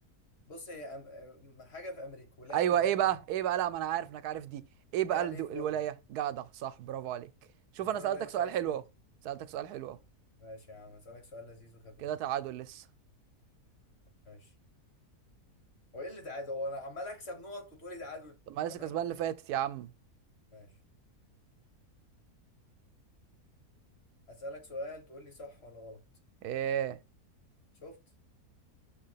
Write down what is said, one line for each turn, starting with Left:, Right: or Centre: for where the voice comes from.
Left: بص هي أم- أم- حاجة في أمريكا ولاية
Right: ايوه
Left: من ولايات
Right: ايه بقى
Left: أمريكا
Right: ايه بقى لا ما انا عارف انك عارف دي ايه بقى
Left: كاليفورنيا
Right: الد... الولاية جدع صح برافو عليك شوف
Left: كاليفورنيا
Right: انا سألتك
Left: ده نفسي
Right: سؤال
Left: أعيش
Right: حلو
Left: فيها
Right: اهو سألتك سؤال حلو اهو
Left: ماشي يا عم أسألك سؤال لذيذ وخفيف
Right: كده تعادل لسه
Left: ماشي هو ايه اللي تعادل هو انا عمال اكسب نقط وتقولي تعادل انت
Right: طب ما أنا
Left: كمان
Right: لسه كسبان اللي فاتت يا عم
Left: ماشي هسألك سؤال تقول لي صح ولا غلط
Right: ايه
Left: شفت